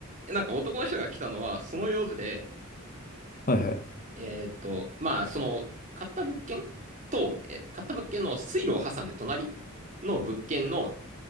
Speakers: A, on the right; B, on the left.
A: なんか男の人が来たのは、その用事で、
B: はいはい。
A: えーっと、まあ、その、買った物件と、え、買った物件の水路を挟んで隣の物件の